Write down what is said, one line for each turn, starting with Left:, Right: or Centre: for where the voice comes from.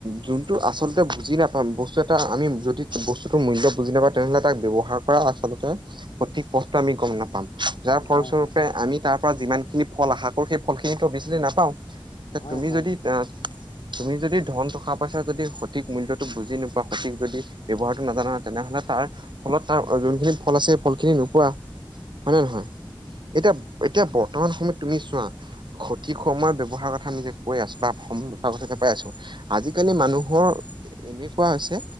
Right: যোনটো আচলতে বুজি নাপাম, বস্তু এটা আমি যদি বস্তুতো মূল্য বুজি নাপাও তেনেহ'লে তাক ব্যৱহাৰ কৰা আচলতে সঠিক পথটো আমি গম নাপাম, যাৰ ফলস্বৰূপ
Left: হয় হয়
Right: পে আমি তাৰ পৰা যিমানখিনি ফল আশা কৰোঁ, সেই ফলখিনিটো অবিয়াছলি নাপাওঁ।
Left: হয়
Right: তুমি
Left: হয়
Right: যদি আ তুমি যদি ধন টকা-পইচা যদি সঠিক মূল্যটো বুজি নোপোৱা, সঠিক যদি ব্যৱহাৰটো নাজানা তেনেহ'লে তাৰফলত তাৰ যোনখিনি ফল আছে ফলখিনি নোপোৱা। হয় নে নহয়? এতিয়া এতিয়া বৰ্তমান সময়ত তুমি চোৱা সঠিক সময় ব্যৱহাৰৰ কথা আমি যে কৈ আছোঁ বা সম ব্যৱহাৰ কথা যে কৈ আছোঁ আজিকালি মানুহৰ এনেকুৱা হৈছে